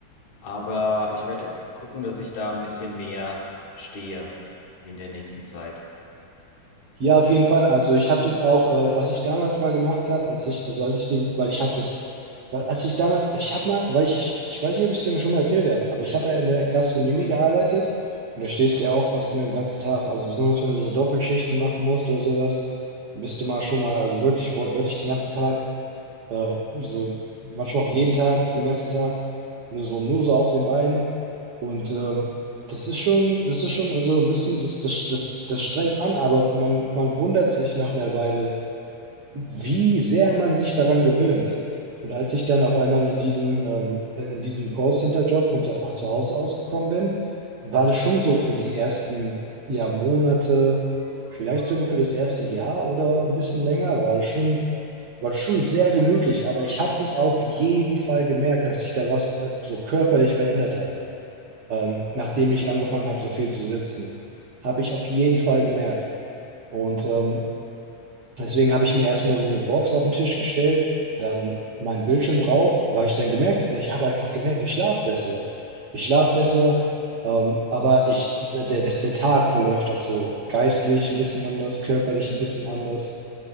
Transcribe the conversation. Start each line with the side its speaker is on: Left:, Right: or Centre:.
Left: Aber ich werde gucken, dass ich da ein bisschen mehr stehe in der nächsten Zeit.
Right: ja, auf jeden Fall. Also ich habe das auch, äh, was ich damals mal gemacht habe, als ich, also als ich den, weil ich habe das, weil als ich damals, ich habe mal, weil ich, ich weiß nicht, ob ich es dir schon mal erzählt habe, aber ich habe ja in der Gastronomie gearbeitet und da stehst du ja auch fast den ganzen Tag, also besonders wenn du so Doppelschichten machen musst oder sowas, bist du mal schon mal, also wirklich wortwörtlich den ganzen Tag Äh, so, manchmal auch jeden Tag, den ganzen Tag, nur so, nur so auf den Beinen. Und ähm, das ist schon, das ist schon, also ein bisschen, das, das, das, das strengt an, aber man, man wundert sich nach einer Weile, wie sehr man sich daran gewöhnt. Und als ich dann auf einmal in diesem, ähm, äh, in diesem Callcenter-Job von zu zu Hause ausgekommen bin, war das schon so für die ersten ja, Monate, vielleicht sogar für das erste Jahr oder ein bisschen länger, war das schon, war das schon sehr gemütlich. Aber ich habe das auf jeden Fall gemerkt, dass sich da was äh, so körperlich verändert hat. Ähm, nachdem ich angefangen habe, so viel zu sitzen, habe ich auf jeden Fall gemerkt. Und ähm, Deswegen habe ich mir erstmal so eine Box auf den Tisch gestellt, dann meinen Bildschirm drauf, weil ich dann gemerkt, ich habe einfach gemerkt, ich schlafe besser. Ich schlafe besser, ähm, aber ich, der, der, der Tag verläuft auch so geistlich ein bisschen anders, körperlich ein bisschen anders.